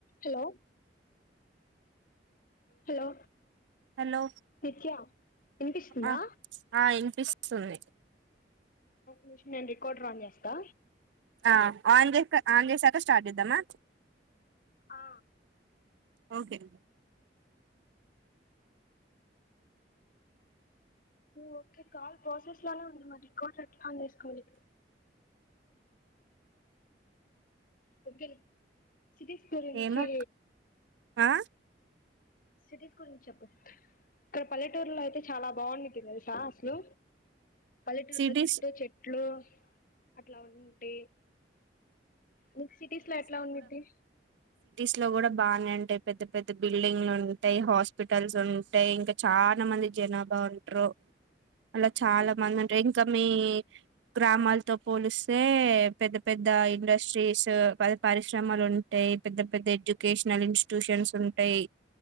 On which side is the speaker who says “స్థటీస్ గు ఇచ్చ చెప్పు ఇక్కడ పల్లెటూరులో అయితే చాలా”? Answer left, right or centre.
Left